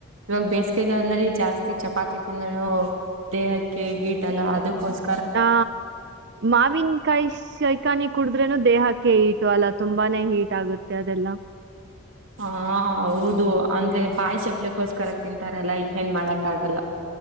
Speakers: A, on the right; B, on the right.
A: ಇವಾಗ ಬೇಸಿಗೆಗಾಲದಲ್ಲಿ ಜಾಸ್ತಿ ಚಪಾತಿ ತಿಂದ್ರೂನು ದೇಹಕ್ಕೆ ಗೀಟಲ್ಲ ಅದಕ್ಕೋಸ್
B: ಆ ಮಾವಿನಕಾಯಿ ಶಿ ಖಾನಿ ಕುಡುದ್ರೇನು ದೇಹಾಕ್ ಕೆ ಈಟು ಅಲ್ಲ ತುಂಬಾನೇ ಹೀಟ್ ಆಗುತ್ತೆ ಅದೆಲ್ಲ
A: ಹ ಹೌದು ಅಂದ್ರೆ ಬಾಯಿ ಚಪ್ಲಕ್ಕೋಸ್ಕರ ತಿಂತಾರಲ್ಲ ಈ ಹೇನ್ ಮಾಡಕ್ ಆಗಲ್ಲ.